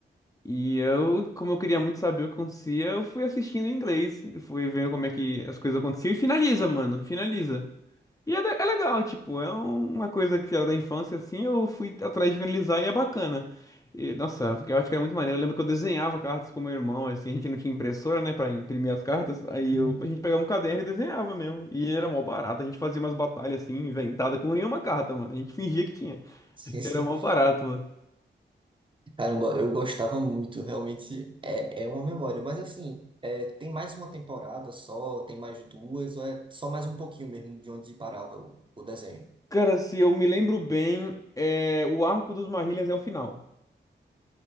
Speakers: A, on the left (about 15°); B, on the right (about 25°).
A: E eu, como eu queria muito saber o que acontecia, eu fui assistindo em inglês, fui vendo como é que as coisas aconteciam e finaliza, mano, finaliza. E é, da- é legal, tipo, é um- uma coisa que era da infância, assim, eu fui atrás de finalizar e é bacana. E, nossa, porque eu acho que era muito maneiro. Eu lembro que eu desenhava cartas com meu irmão, assim, a gente não tinha impressora, né, pra imprimir as cartas. Aí
B: Hum.
A: eu, a gente pegava um caderno e desenhava mesmo. E era mó barato, a gente fazia umas batalhas, assim, inventada com nenhuma carta, mano. A gente fingia que tinha.
B: <laughs>
A: Era mó barato,
B: Caramba, eu gostava muito, realmente é, é uma memória, mas assim, é, tem mais uma temporada só, tem mais duas, ou é só mais um pouquinho mesmo de onde parava o, o desenho.
A: Cara, se eu me lembro bem, é, o arco dos Marrilhas é o final.